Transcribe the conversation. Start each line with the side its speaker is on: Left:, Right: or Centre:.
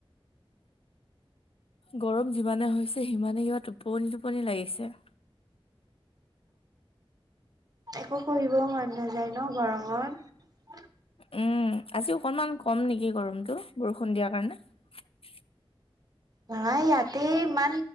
Left: গৰম যিমানে হৈছে সিমানে কিবা টোপনি টোপনি লাগিছে-
Right: একো কৰিবও মন নাযায় ন গৰমত-
Left: উম আজি অকনমান কম নেকি গৰমতটো বৰষুণ দিয়াৰ কাৰণে-
Right: নাই ইয়াতে ইমান